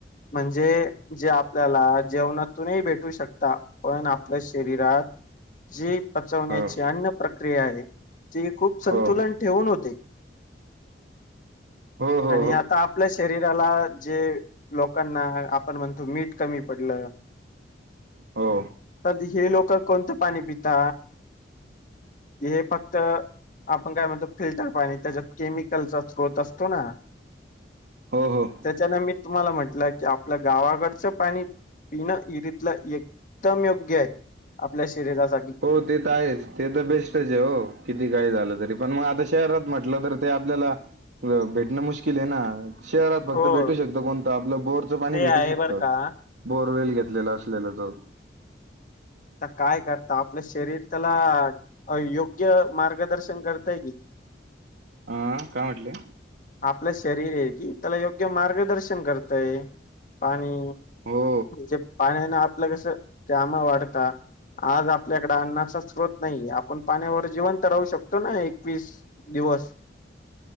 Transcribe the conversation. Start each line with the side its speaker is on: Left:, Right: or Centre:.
Left: म्हणजे जे आपल्याला जेवणातूनही भेट शकता पण आपल्या शरीरात जी पचवण्याची
Right: हो
Left: अन्न प्रक्रिया आहे. ते खूप संतुलन
Right: हो
Left: ठेवून होते.
Right: हो हो
Left: आणि
Right: हो.
Left: आता आपलं शरीर ला जे लोकांना आपण म्हणतो मीठ कमी पडलं.
Right: हो
Left: तर हे लोक कोणतं पाणी पिता हे? फक्त, आपण काय म्हणतो फिल्टर पाणी त्याच्यात केमिकलचा स्त्रोत असतो ना.
Right: हो हो.
Left: त्याच्यान मी तुम्हाला म्हणट की आपल्या गावाकडचं पाणी पिणं विहिरीतलं एकदम योग्य आहे. आपल्या शरीरासाठी
Right: हो ते तर आहेच ते तर बेस्टच आहे हो किती काय झालं तरी. पण मग आता शहरात म्हटलं तर ते आपल्याला भेटणं मुश्किल आहे ना. शहरात
Left: हो
Right: फक्त भेटू शकत कोणतं आपलं बोरचं पाणी
Left: ते आहे
Right: भेटू शकतं.
Left: बर का
Right: बोर वल घेत घेतलेलं असलेलं त
Left: आ काय करता आपलं शरीर त्याला योग्य मार्गदर्शन करताय की.
Right: अं काय म्हटलेय?
Left: आपलं शरीर आहे की त्याला योग्य मार्गदर्शन करतय पाणी
Right: हो
Left: म्हणजे पाण्याने आपलं कस काम वाढत आज आप आपल्याकड अन्नाचा स्रोत नाही आपण पाण्यावर जिवंत राहू शकतो. त ना एकवीस दिवस.